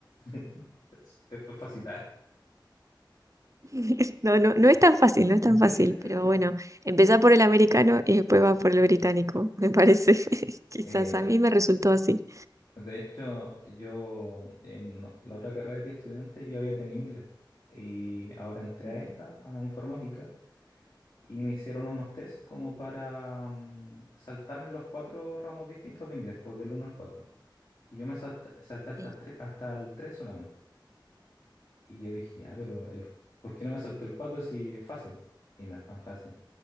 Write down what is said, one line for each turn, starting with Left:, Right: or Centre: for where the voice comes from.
Left: <laughs> es, es fácil.
Right: <laughs> No, no, no es tan fácil, no es tan
Left: <laughs>
Right: fácil, pero bueno, empezá por el americano y después va por el británico, me parece. <laughs>
Left: Eh,
Right: Quizás a mí me resultó así.
Left: De hecho, yo en la otra carrera que estudiante yo había tenido inglés y ahora entré
Right: Ujú,
Left: a esta, a informática, y me hicieron unos test como para mm, saltarme los cuatro ramos distintos de inglés, pues del uno al cuatro Y yo me salta- salté hasta,
Right: Sí,
Left: tre- hasta el 3 solamente. Y yo dije, ya, pero el, ¿por qué no me salté el 4 si es fácil? Y no es tan fácil.